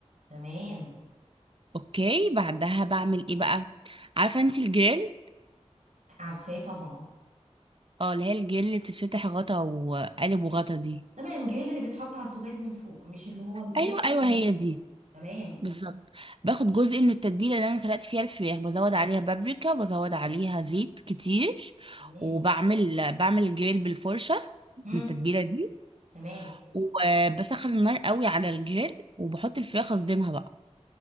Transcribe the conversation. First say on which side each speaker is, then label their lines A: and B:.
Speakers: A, on the right (about 85°); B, on the right (about 50°).
A: تمام
B: اوكي بعدها بعمل ايه بقى عارفه انت الجريل
A: عارفاه طبعا
B: اه اللي هي الجريل اللي بتتفتح غطا وقالب وغطا دي
A: تمام جميل اللي بيتحط على البوتاجاز من فوق مش اللي هو الالكتريك
B: ايوه ايوه
A: أو
B: هي
A: الحاجات.
B: دي
A: تمام
B: بالظبط باخد جزء من التتبيله اللي انا سلقت فيها الفراخ بزود عليها بابريكا وبزود عليها زيت كتير
A: تمام
B: وبعمل بعمل الجريل بالفرشه
A: امم
B: من التتبيله دي
A: تمام
B: وبسخن النار قوي على الجريل وبحط الفراخ اصدمها بقى